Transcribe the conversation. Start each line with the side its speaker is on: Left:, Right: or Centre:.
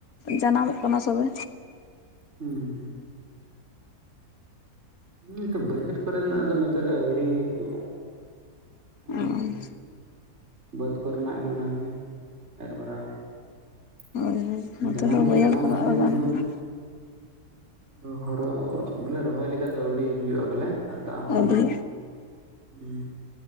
Left: ᱡᱟᱱᱟᱢᱚᱜ ᱠᱟᱱᱟ ᱥᱚᱵᱮ,
Right: ᱦᱩᱸ ᱦᱩᱸᱛᱚ ᱵᱟᱹᱭᱦᱟᱹᱲ ᱠᱚᱨᱮ ᱱᱟᱜ ᱫᱚ ᱱᱚᱛᱮ ᱫᱚ ᱟᱹᱣᱲᱤ ᱦᱩᱭᱩᱜᱼᱟ,
Left: ᱦᱳᱭ
Right: ᱚ ᱡᱟ ᱵᱟᱹᱫᱽ ᱠᱚᱨᱮᱱᱟᱜ ᱜᱮ ᱚᱱᱟᱜᱮ ᱮᱨ ᱵᱟᱨᱟᱣᱟᱠᱟᱫᱟ ᱾
Left: ᱦᱳᱭ ᱱᱚᱛᱮ
Right: ᱡᱟᱱᱟᱢ ᱫᱚ
Left: ᱵᱟᱹᱭᱦᱟᱹᱲ
Right: ᱡᱟᱱᱟᱢ
Left: ᱠᱚᱨᱮᱱᱟᱜ
Right: ᱟᱠᱟᱱ
Left: ᱫᱚ
Right: ᱜᱮᱭᱟ
Left: ᱜᱟᱱ
Right: ᱴᱷᱤᱠ ᱵᱚᱞᱮ᱾
Left: ᱠᱟᱱᱟ
Right: ᱨᱚ ᱦᱳᱨᱳ ᱵᱚᱞᱮ ᱨᱚᱦᱚᱭ ᱞᱮᱠᱟ ᱫᱚ ᱟᱹᱣᱲᱤ ᱦᱩᱭᱩᱜᱼᱟ ᱵᱚᱞᱮ ᱟᱨ ᱫᱟᱜ ᱦᱚᱸ
Left: ᱟᱹᱰᱤ
Right: ᱦᱩᱸ,